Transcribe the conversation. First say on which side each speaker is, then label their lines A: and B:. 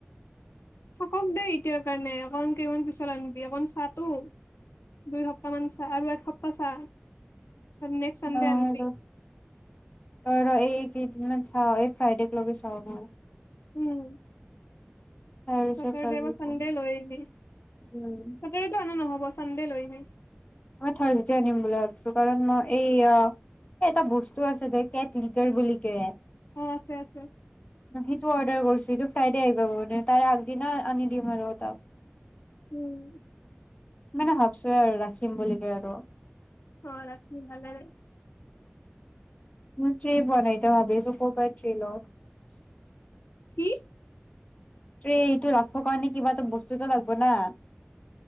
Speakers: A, on the left; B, on the left.
A: থাকক দেই এতিয়াৰ কাৰণে। অকণমান কেইমান পিছত আনিবি। অকণমান চাটো দুই সপ্তাহ মান চা আৰু এসপ্তাহ চা। নেক্সট চানডে
B: নহয়
A: আনিবি
B: ৰ, ৰ ৰ এই কেইদিন মান চাওঁ। এই ফ্ৰাইডেক লৈ চাওঁ মই।
A: উম।
B: তাৰপিছত
A: চেটাৰদে
B: চাও কি
A: বা চানডে
B: কৰো
A: লৈ আহবি।
B: উম
A: চেটাৰডেটো আনা নহব। পোৱা চানডে লৈ আহিবি।
B: মই থাৰ্ছডে আনিম বুলি ভাবিছো, কাৰণ মই এই অ, এ এটা বস্তু আছে দে কেট লিটৰ বুলিকে। ন
A: অ' আছে আছে
B: সেইটো অৰ্ডাৰ কৰিছো। সেইটো ফ্ৰাইডে আহিব মানে তাৰ আগদিনা আনি দিম আৰু তাক।
A: উম।
B: মানে ভাবছোৱে আৰু ৰাখ খিম বুলি কে আৰু।
A: অ ৰাখি ভালেই
B: ম ত্ৰী বনাই থ‌ওঁ ভাবি আছো ক'ৰ পৰাই ত্ৰী ল‌ওঁ। <unintelligible>
A: কি
B: ত্ৰে এইটো লাগব কাৰণে কিবা এটা বস্তুটো লাগব না।